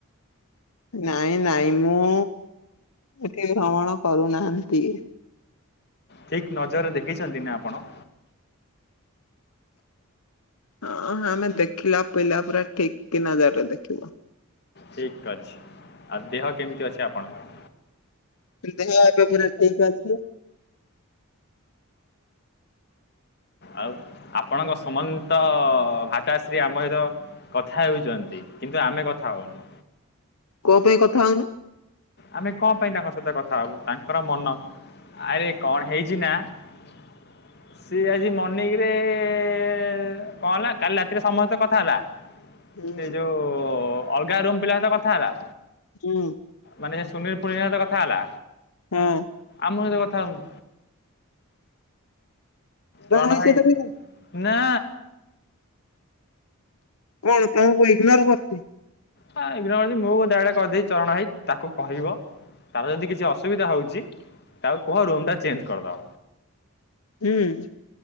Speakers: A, on the left (about 80°); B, on the left (about 50°).
A: ନାଇଁ ନାଇଁ ମୁଁ ଏଠି ଭ୍ରମଣ କରୁନାହାନ୍ତି।
B: ଠିକ୍ ନଜରରେ ଦେଖିଛନ୍ତି ନା ଆପଣ?
A: ହଁ ଆମେ ଦେଖିଲା ପିଲା ପୁରା ଠିକ୍ କି ନଜରରେ ଦେଖିବୁ।
B: ଠିକ୍ ଅଛି। ଆଉ ଦେହ କେମିତି ଅଛି ଆପଣଙ୍କର?
A: ଦେହ ଏବେ ପୁରା ଠିକ୍ ଅଛି।
B: ଆଉ ଆପଣଙ୍କ ସୁମନ୍ତ ଭାତାଶ୍ରୀ ଆମର କଥା ହେଉଚନ୍ତି କିନ୍ତୁ ଆମେ କଥା ହୋଉନୁ।
A: କଁ ପାଇଁ କଥା ହୋଉନ?
B: ଆମେ କଣ ପାଇଁ ତାଙ୍କ ସହିତ କଥା ହବୁ ତାଙ୍କର ମନ। ଆରେ କଣ ହେଇଛି ନା <inaudible> ସିଏ ଆଜି ମର୍ଣିିଂ ରେ କଣ ହେଲା କାଲି ରାତିରେ ସମସ୍ତେ କଥା ହେଲା।
A: ହୁଁ
B: ସେ ଯୋଉ ଅଲଗା ରୁମ୍ ପିଲା ସହିତ କଥା ହେଲା।
A: ହୁଁ।
B: ମାନେ ସେ ସୁନୀଲ <unintelligible> ସହିତ କଥା ହେଲା
A: ହଁ
B: ଆମ ସହିତ କଥା ହଉନି। ଚରଣ
A: ହେଇସହିତ
B: ଭାଇ
A: ବି
B: ନା।
A: କଣ ତମକୁ ଇଗ୍ନୋର କରୁଚି?
B: ହା ଇଗ୍ନୋର ମାରୁଚି ମୁଁ ଡାଇରେକ୍ଟ କହିଦେଇଚି ଚରଣ ହେଇ ତାକୁ କହିବ ତାର ଯଦି କିଛି ଅସୁବିଧା ହଉଚି ତାକୁ କୁହ ରୁମ୍ ଟା ଚେଞ୍ଜ କରିଦବ।
A: ହୁଁ।